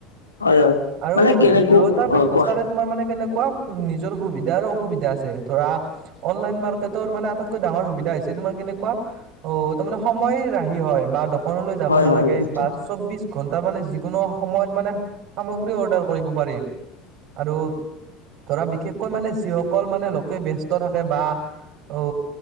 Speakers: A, on the left (about 85°); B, on the right (about 50°).
A: হয়, হয়,
B: আৰু
A: মানে কেনেকুৱা
B: দুয়োটা ব্যৱস্থাৰে
A: অ', কোৱা
B: তোমাৰ মানে কেনেকুৱা নিজৰ সুবিধা আৰু অসুবিধা আছে ধৰা অনলাইন মাৰ্কেটৰ মানে আটতকৈ ডাঙৰ সুবিধা হৈছে তোমাৰ কেনেকুৱা অ তাৰ মানে সময় ৰাহি হয় বা দশনলৈ যাব
A: হয়,
B: নালাগে
A: হয়, এইটো।
B: বা চৌবিশ ঘন্টাৰ মানে যিকোনো সময়ত মানে সামগ্ৰী অৰ্ডাৰ কৰিব পাৰি আৰু ধৰা বিশেষকৈ মানে যিসকল মানে লোকে ব্যস্ত থাকে বা অ দো